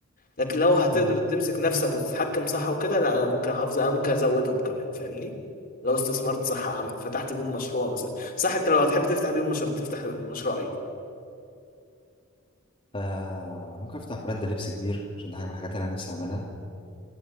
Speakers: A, on the left; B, on the left.
A: لكن لو هتقدر
B: أيوة.
A: تمسك نفسك وتتحكم صح وكده لا انا ممكن احافظ انا ممكن ازودهم كمان فاهمني لو استثمرت صح عم- فتحت بيهم مشروع مثلا صح انت لو هتحب تفتح بيهم مشروع تفتح مشروع
B: آه ممكن أفتح براند لبس كبير عشان ده حاجة من الحاجات اللي أنا نفسي أعملها